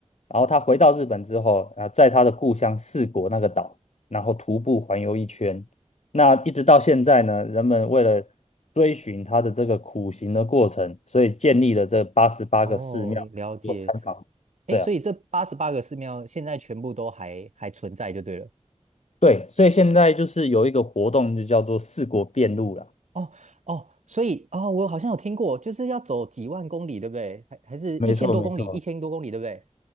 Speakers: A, on the left (about 65°); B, on the right (about 70°).
A: 然后他回到日本之后，啊，在他的故乡四国那个岛，然后徒步环游一圈。那一直到现在呢，人们为了追寻他的这个苦行的过程，所以建立了这八十八个寺庙。
B: 哦，了解。
A: 做参访。
B: 诶，
A: 对啊，
B: 所以这八十八个寺庙现在全部都还还存在就对了。
A: 对，所以现在就是有一个活动，就叫做四国遍路啦。
B: 哦哦，所以哦，我好像有听过，就是要走几万公里，对不对？还还是一千多公里，
A: 没错，没错，
B: 一千多公里，对不对？